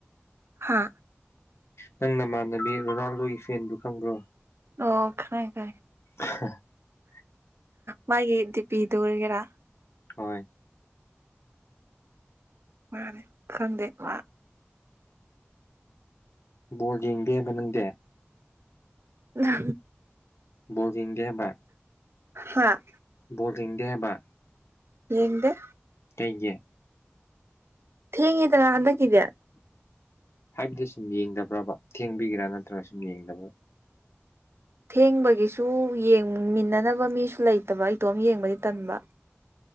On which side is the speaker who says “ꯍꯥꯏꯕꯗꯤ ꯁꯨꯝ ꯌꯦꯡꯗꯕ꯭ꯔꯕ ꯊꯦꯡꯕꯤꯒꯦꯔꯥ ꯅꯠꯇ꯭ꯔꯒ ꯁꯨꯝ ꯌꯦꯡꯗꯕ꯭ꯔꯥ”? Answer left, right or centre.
Left